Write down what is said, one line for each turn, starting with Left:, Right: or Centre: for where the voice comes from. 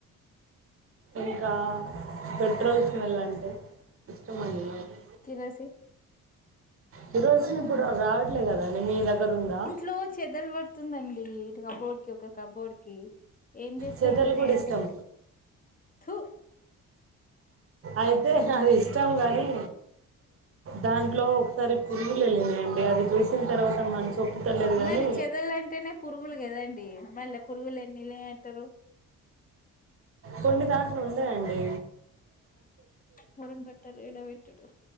Right: ఇంకా పెట్రోల్ స్మెల్ అంటే ఇష్టం అండి నాకు
Left: తినేసి
Right: కిరోసిన్ ఇప్పుడు రావట్లేదు కదండి, మీ దగ్గర ఉందా?
Left: లో చెదల్ వట్ తుందండి ఇ కబోర్డ్ కి ఒక కబోర్డ్ కి, ఏం చేస్తే
Right: చేతలు
Left: పోతాయండి?
Right: కూడా ఇష్టం
Left: తు
Right: అయితే అది ఇష్టం గాని దాంట్లో ఒకసారి పురుగులు వెళ్ళినాయండి, అది చూసిన తర్వాత మనసొప్పుతలేదు గాని
Left: మరి చెదలు అంటేనే పురుగులు కదండి మళ్ళ పురుగులు ఎల్లినయ్ అంటారు.
Right: కొన్ని దాంట్లు ఉండయండి.
Left: పొలం పాటలు ఎడా పెట్టుడు?